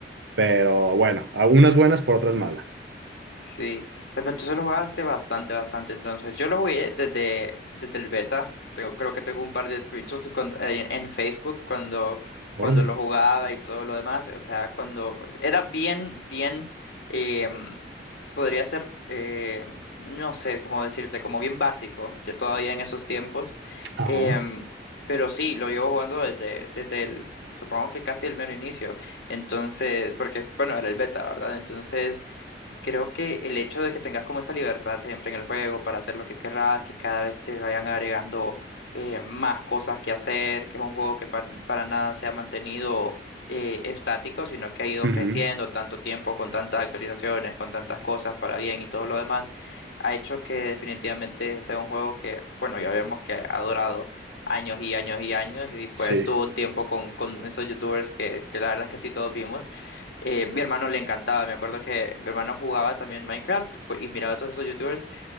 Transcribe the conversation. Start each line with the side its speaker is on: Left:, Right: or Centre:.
Right: pero bueno, a unas buenas por otras malas.
Left: Sí, pues, pero entonces lo juegas hace bastante, bastante. Entonces, yo lo jugué desde, desde el beta. Tengo, creo que tengo un par de screenshots de cuando- en, en Facebook cuando, cuando
Right: Órale.
Left: lo jugaba y todo lo demás. O sea, cuando era bien, bien, em, podría ser, eh, no sé cómo decirte, como bien básico, ya todavía en esos tiempos.
Right: Ajá.
Left: Em, pero sí, lo llevo jugando desde, desde el, supongo que casi el mero inicio. Entonces, porque, es- bueno, era el beta, ¿verdad? Entonces... Creo que el hecho de que tengas como esa libertad siempre en el juego para hacer lo que querrás, que cada vez te vayan agregando eh, más cosas que hacer, que es un juego que pa- para nada se ha mantenido eh, estático, sino que ha ido
Right: Ujú,
Left: creciendo tanto tiempo, con tantas actualizaciones, con tantas cosas para bien y todo lo demás, ha hecho que definitivamente sea un juego que, bueno, ya vemos que ha durado años y años y años, y pues
Right: Sí,
Left: tuvo un tiempo con, con esos youtubers que, que la verdad es que sí todos vimos eh, mi hermano le encantaba, me acuerdo que mi hermano jugaba también Minecraft pues, y miraba a todos esos youtubers